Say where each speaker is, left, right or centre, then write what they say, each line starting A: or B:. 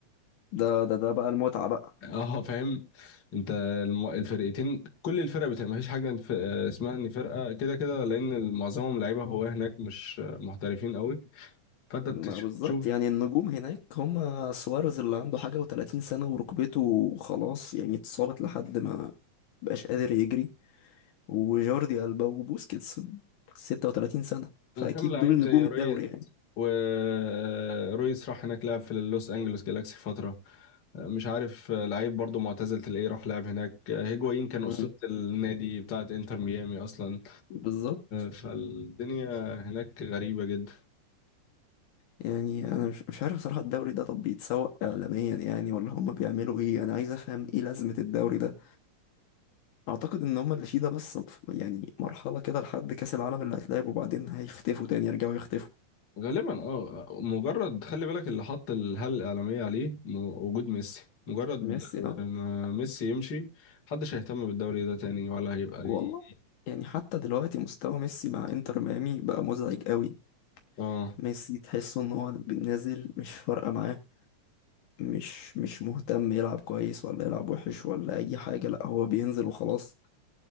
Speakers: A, on the left; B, on the left.
A: ده ده ده بقى المتعة بقى
B: اه فاهم انت الم- الفرقتين كل الفرق بتبقى مفيش حاجه في اسمها ان فرقه كده كده لان معظمهم لعيبه هو هناك مش محترفين قوي فانت
A: لا،
B: بتش-
A: بالظبط
B: بتشوف
A: يعني النجوم هناك هم سواريز اللي عنده حاجة وتلاتين سنة وركبته خلاص يعني اتصابت لحد ما بقاش قادر يجري وجوردي ألبا وبوسكيتس ستة وتلاتين سنة فأكيد
B: وكم لعيب
A: دول نجوم
B: زي ريس
A: الدوري يعني
B: ورويس راح هناك لعب في لوس انجلوس جالاكسي فتره مش عارف لعيب برضو معتزل تلاقيه راح لعب هناك هيجوايين كان
A: مم.
B: اسطوره النادي بتاعت انتر ميامي اصلا
A: بالظبط
B: فالدنيا هناك غريبه جدا
A: يعني انا مش مش عارف صراحة الدوري ده طب بيتسوق اعلاميا يعني ولا هم بيعملوا ايه انا عايز افهم ايه لازمة الدوري ده اعتقد ان هم اللي فيه ده بس ف- يعني مرحلة كده لحد كاس العالم اللي هيتلعب وبعدين هيختفوا تاني يرجعوا يختفوا
B: غالبا اه مجرد خلي بالك اللي حط الهالة الإعلامية عليه م- وجود ميسي مجرد
A: ميسي
B: آه،
A: ده
B: ما ميسي يمشي محدش هيهتم بالدوري ده تاني ولا هيبقى ليه
A: والله يعني حتى دلوقتي مستوى ميسي مع انتر ميامي بقى مزعج قوي
B: اه
A: ميسي تحسه ان هو نازل مش فارقة معاه مش مش مهتم يلعب كويس ولا يلعب وحش ولا اي حاجة لا هو بينزل وخلاص